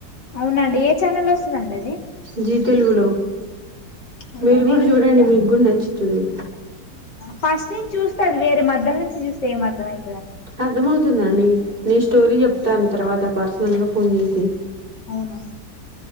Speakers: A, on the left; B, on the right.
A: అవునా అండి ఏ ఛానల్లో వస్తదండి అది
B: జీ తెలుగులో
A: అవునా
B: మీరు కూడా
A: నేను
B: చూడండి
A: చూడ
B: మీకు కూడా నచ్చు చూడు
A: ఫస్ట్ నుంచి చూస్తే అది వేరే మధ్యలో నుంచి స్ చూస్తే ఏం అర్థం అయి
B: అర్థం అవుతూ తుందండి నేను స్టోరీ చెప్తాను తర్వాత పర్సనల్గా ఫోన్ చేసి
A: అవునా